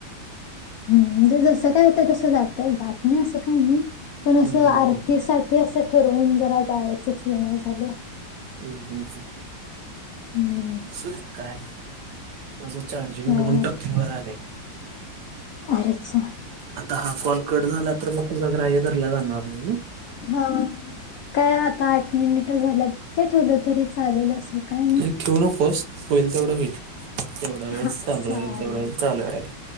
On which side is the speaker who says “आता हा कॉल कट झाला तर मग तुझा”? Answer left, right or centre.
Right